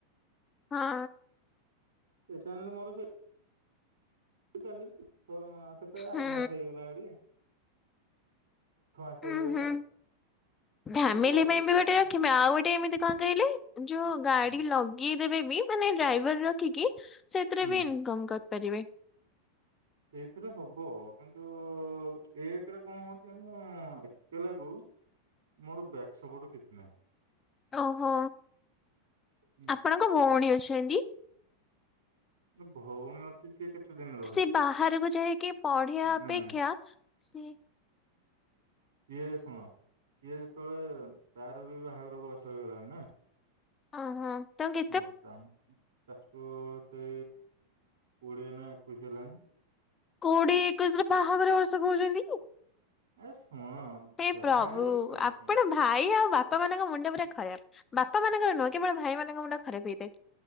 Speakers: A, on the left; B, on the right.
A: ହଁ।
B: ଏଷ୍ଟା ଆଣିଲୁ ମୋର ଛି। <unintelligible> କେତେ ଆଠ
A: ହୁଁ
B: ମାସ ହେଇଗଲା ଗାଡି। ସେ
A: ହୁଁ
B: ହେଇଗଲା
A: ହୁଁ।
B: ଆଉ। ତ
A: ଫ୍ୟାମିଲି
B: ମୁଁ କହିଛି
A: ପାଇଁ ବି
B: ପୁରଣ
A: ଗୋଟେ ରଖିବା ଆଉ ଗୋଟେ ଏମିତି କଣ
B: ହୁଁ
A: କହିଲେ ଯୋଉ ଗାଡି
B: ହୁଁ
A: ଲ କି ଦେବେ ବି ମାନେ ଡ୍ରାଇଭର ରଖିକି ସେଥିରେ
B: ହୁଁ,
A: ବି ଇନକମ କରିପାରିବେ।
B: ଏଇଥିରେ ହବ କିନ୍ତୁ ଏଥର କଣ ହଉଛି ଯାଚୁନା ଏତେ ଲାଗୁ। ମୋର ବ୍ୟାସ ବୁଡୁ କିଛି ନାହିଁ।
A: ଓହୋ
B: ନାହିଁ।
A: ଆପଣଙ୍କ ଭଉଣୀ ଅଛନ୍ତି।
B: ତ ଭଉଣୀ ନା ଛି ଛି କେତେ ଦିନି?
A: ସେ ବାହାରକୁ ଯାଇକି ପଢିବା ଅପେକ୍ଷା
B: ନାଇଁ ନାଇଁ
A: ସି
B: ଇଏ ଶୁଣ ଇଏ ହେତେବେଳେ ତାର ବି ବାହାଘର ବୟସ ହେଇଗଲାଣି ନା।
A: ହ ହଁ ତଙ୍କ <unintelligible>
B: ହୁଁ ତା ତାକୁ ସେ କୋଡିଏ ନା ଏକୋଇଶ ହେଲାଣି।
A: କୋଉଠି ଏକୋଇଶରେ ବାହାଘର ବର୍ଷା କହୁଚନ୍ତି କି।
B: ଏ ଶୁଣ।
A: ହେ
B: ଯାହା
A: ପ୍ରଭୁ
B: ହେଲେ ବି ତମେ
A: ଆପଣ
B: ଶୁଣ
A: ଭା ଭାଇ ଆଉ ବାପା ମାନଙ୍କ ମୁଣ୍ଡ ପୁରା ଖରାପ ବାପା ମାନଙ୍କର ନୁହଁ କେବଳ ଭାଇମାନଙ୍କ ମୁଣ୍ଡ ଖରାପ ହେଇଥାଏ।